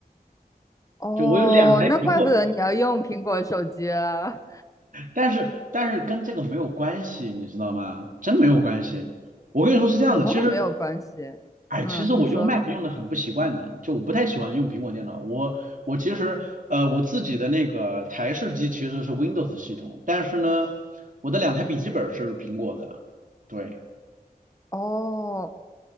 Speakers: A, on the left; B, on the right.
A: 哦，
B: 就我有两台苹果，
A: 那怪不得你要用苹果手机啊，
B: 但是但是跟这个没有关系，你知道吗？真没有关系。我跟你说是这样的，
A: 怎么会没有关系？
B: 其实哎，
A: 嗯，
B: 其实我用
A: 你说。
B: Mac 用的很不习惯的，就我不太喜欢用苹果电脑。我我其实呃我自己的那个台式机其实是 Windows 系统，但是呢，我的两台笔记本是苹果的，对。
A: 哦，